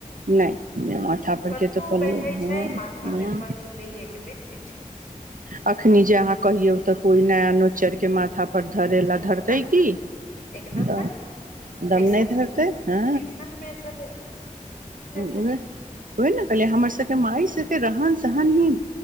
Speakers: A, on the right; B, on the left.
A: नहि माथा पर
B: कतौ
A: के तऽ पल
B: बैठे
A: ह
B: छै माथा पे
A: ह
B: पल्लू लेे के बैठे छै
A: अखनी जे अहाँ कहियौ तऽ कोइ नया चर के माथा पर धरेला धरतै
B: न
A: कि
B: एकदम
A: त
B: ने
A: दम
B: फैशन
A: नै धरतै आ
B: फैशन मे सब
A: ने
B: धरते
A: ओहीना कहलियै हमर सबके मााय सबके रहन सहन ही